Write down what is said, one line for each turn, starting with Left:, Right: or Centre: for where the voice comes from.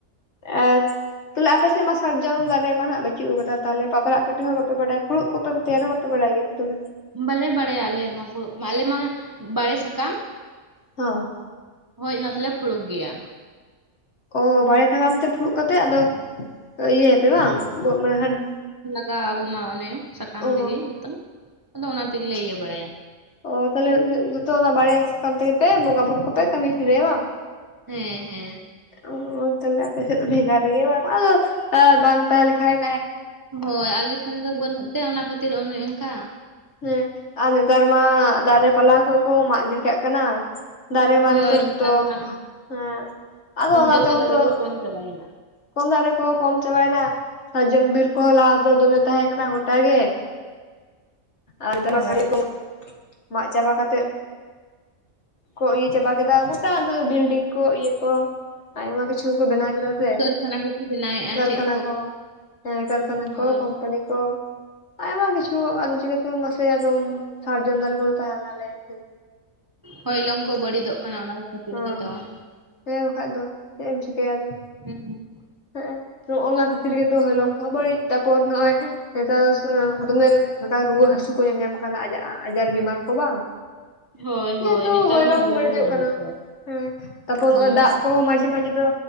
Left: ᱟᱨ ᱛᱟᱦᱚᱞᱮ ᱟᱯᱮ ᱥᱮᱫ ᱢᱟᱥ ᱥᱟᱨᱡᱚᱢ ᱫᱟᱨᱮ ᱢᱟ ᱦᱟᱸᱜ ᱵᱟᱹᱪᱩᱜ ᱟᱠᱟᱫᱟ ᱛᱟᱦᱚᱞᱮ ᱯᱟᱛᱲᱟᱜ ᱯᱤᱴᱟᱹ ᱦᱚᱸ ᱵᱟᱯᱮ ᱵᱟᱲᱟᱭ, ᱯᱷᱩᱲᱩᱜ ᱠᱚ ᱛᱮᱭᱟᱨ ᱦᱚᱸ ᱵᱟᱯᱮ ᱵᱟᱲᱟᱭ ᱜᱮᱭᱟ ᱛᱚᱵᱮ᱾
Right: ᱵᱟᱞᱮ ᱵᱟᱲᱟᱭᱟ ᱟᱞᱮ ᱢᱟ ᱯᱷᱩᱬᱩᱜ ᱠᱚᱴᱟ᱾ ᱟᱞᱮ ᱢᱟ ᱵᱟᱲᱮ ᱥᱟᱠᱟᱢ
Left: ᱦᱚᱸ᱾
Right: ᱦᱚᱭ ᱚᱱᱟ ᱛᱮᱞᱮ ᱯᱷᱩᱲᱩᱜ ᱜᱮᱭᱟ।
Left: ᱚ ᱵᱟᱲᱮ ᱥᱟᱠᱟᱢ ᱛᱮ ᱯᱷᱩᱲᱩᱜ ᱠᱟᱛᱮᱜ ᱟᱫᱚ ᱤᱭᱟᱹᱭᱟᱯᱮ ᱵᱟᱝ <unintelligible>
Right: ᱜᱟ ᱟᱵᱚ ᱢᱟ ᱚᱱᱮ ᱥᱟᱠᱟᱢ
Left: ᱚ
Right: ᱛᱮᱜᱮ ᱡᱚᱛᱚ ᱟᱫᱚ ᱚᱱᱟ ᱛᱮᱜᱮᱞᱮ ᱤᱭᱟᱹ ᱵᱟᱲᱟᱭᱟ।
Left: ᱚ ᱛᱟᱦᱚᱞᱮ ᱡᱚ-ᱡᱚᱛᱚ ᱚᱱᱟ ᱵᱟᱨᱲᱮ ᱥᱟᱠᱟᱢ ᱛᱮᱜᱮ ᱯᱮ ᱵᱚᱸᱜᱟ ᱵᱩᱨᱩ ᱠᱚᱯᱮ ᱠᱟᱹᱢᱤ ᱶᱷᱤᱰᱟᱹᱭᱟ ᱵᱟᱝ?
Right: ᱦᱮᱸ ᱦᱮᱸ।
Left: ᱚ ᱛᱟᱦᱚᱞᱮ ᱟᱯᱮ ᱥᱮᱫ ᱫᱚ ᱵᱷᱮᱜᱟᱨ ᱜᱮ ᱵᱟᱝ᱾ ᱟᱫᱚ ᱵᱟᱝ ᱛᱞᱮᱠᱷᱟᱡ
Right: ᱦᱳᱭ ᱟᱞᱮ ᱥᱮᱱ ᱫᱚ ᱵᱟᱹᱱᱩᱜ ᱛᱮ ᱚᱱᱟ ᱠᱷᱟᱹᱛᱤᱨ ᱚᱱᱮ ᱚᱱᱠᱟ।
Left: ᱦᱮᱸ ᱟᱨ ᱱᱮᱛᱟᱨ ᱢᱟ ᱫᱟᱨᱮ ᱯᱟᱞᱦᱟ ᱠᱚᱦᱚᱸ ᱠᱚ ᱢᱟᱜ ᱜᱤᱰᱤ ᱠᱟᱜ ᱠᱟᱱᱟ। ᱫᱟᱨᱮ
Right: ᱦᱳᱭ
Left: ᱢᱟᱨᱮ ᱠᱚ ᱡᱷᱚᱛᱚ
Right: ᱱᱮᱛᱟᱨ ᱢᱟ
Left: ᱦᱮᱸ ᱟᱫᱚ ᱚᱱᱟ
Right: ᱡᱚᱛᱚ
Left: ᱛᱮᱦᱚᱸ
Right: ᱫᱟᱨᱮ
Left: ᱛᱚ
Right: ᱜᱮ ᱠᱚᱢ ᱪᱟᱵᱟᱭᱮᱱᱟ
Left: ᱠᱚᱢ ᱫᱟᱨᱮ ᱠᱚᱦᱚᱸ ᱠᱚᱢ ᱪᱟᱵᱟᱭᱮᱱᱟ, ᱥᱟᱨᱡᱚᱢ ᱵᱤᱨ ᱠᱚᱦᱚᱸ ᱞᱟᱦᱟ ᱛᱮᱫᱚ ᱫᱚᱢᱮ ᱛᱟᱦᱮᱸ ᱠᱟᱱᱟ ᱜᱚᱴᱟ ᱜᱮ। ᱟᱨ <unintelligible>
Right: ᱦᱳᱭ
Left: ᱫᱟᱨᱮ ᱠᱚ ᱢᱟᱜ ᱪᱟᱵᱟ ᱠᱟᱛᱮᱫ ᱠᱚ ᱤᱭᱟᱹ ᱪᱟᱵᱟ ᱠᱮᱫᱟ, ᱜᱚᱴᱟ ᱟᱫᱚ ᱵᱤᱞ-ᱰᱤᱝ ᱠᱚ, ᱤᱭᱟᱹ ᱠᱚ ᱟᱭᱢᱟ ᱠᱤᱪᱷᱩ ᱠᱤᱪᱷᱩ ᱠᱚ ᱵᱮᱱᱟᱣ ᱠᱮᱫᱟ ᱥᱮ
Right: ᱠᱟᱹᱨᱠᱷᱟᱱᱟ ᱠᱚᱠᱚ ᱵᱮᱱᱟᱣᱮᱫᱼᱟ
Left: ᱠᱟᱹᱨᱠᱷᱟᱱᱟ
Right: ᱪᱮᱫ
Left: ᱠᱚ᱾ ᱦᱮᱸ ᱠᱟᱹᱨᱠᱷᱟᱱᱟ
Right: ᱦᱳᱭ
Left: ᱠᱚ ᱠᱚᱢᱯᱟᱱᱤ ᱠᱚ᱾ ᱟᱭᱢᱟ ᱠᱤᱪᱷᱩ ᱟᱫᱚ ᱪᱤᱠᱟᱹ ᱛᱮ ᱢᱟᱥᱮ ᱟᱫᱚᱢ ᱥᱟᱨᱡᱚᱢ ᱫᱟᱨᱮ ᱠᱚᱫᱚ ᱛᱟᱦᱮᱱᱟ ᱞᱟᱹᱭ ᱵᱤᱱ?
Right: ᱦᱚᱭᱞᱚᱝ ᱠᱚ ᱵᱟᱹᱲᱤᱫᱚᱜ ᱠᱟᱱᱟ ᱚᱱᱟ ᱠᱷᱟᱹᱛᱤᱨ
Left: ᱦᱮᱸ
Right: ᱜᱮᱛᱚᱝ᱾
Left: ᱦᱮᱸ ᱵᱟᱠᱷᱟᱡ ᱫᱚ ᱪᱮᱜ ᱮᱢ ᱪᱤᱠᱟᱹᱭᱟ ᱟᱫᱚ᱾
Right: ᱦᱩᱸ᱾
Left: <unintelligible> ᱱᱚᱜ-ᱚᱱᱟ ᱠᱷᱟᱹᱛᱤᱨ ᱜᱮᱛᱚ ᱦᱚᱭᱞᱚᱝ ᱠᱚᱦᱚᱸ ᱵᱟᱹᱲᱤᱡ᱾ ᱛᱟᱨᱯᱚᱨ ᱱᱚᱜ-ᱚᱭ ᱱᱮᱛᱟᱨ ᱫᱚ ᱥᱮ ᱫᱚᱢᱮᱞ ᱦᱚ ᱠᱟ ᱨᱩᱣᱟᱹ ᱦᱟᱹᱥᱩ ᱠᱚ ᱧᱟᱧᱟᱢ ᱠᱟᱱᱟ᱾ ᱟᱡᱟᱜ-ᱟᱡᱟᱨ ᱵᱤᱢᱟᱨ ᱠᱚ ᱵᱟᱝ᱾
Right: ᱦᱳᱭ
Left: ᱡᱮᱦᱮᱛᱩ
Right: ᱦᱳᱭ ᱱᱮᱛᱟᱨ
Left: ᱦᱚᱭᱞᱚᱝ
Right: ᱢᱟ ᱫᱚᱢᱮ
Left: ᱵᱟᱹᱲᱤᱡᱚᱜ
Right: ᱜᱮ ᱧᱟᱢᱮᱫ
Left: ᱠᱟᱱᱟ᱾
Right: ᱠᱚᱣᱟ
Left: ᱦᱮᱸ ᱛᱟᱨᱯᱚᱨ
Right: ᱦᱩᱸ
Left: ᱱᱚᱜ-ᱚᱭ ᱫᱟᱜ ᱠᱚ ᱦᱚᱸ ᱢᱟᱡᱷᱮ ᱢᱟᱡᱷᱮ ᱫᱚ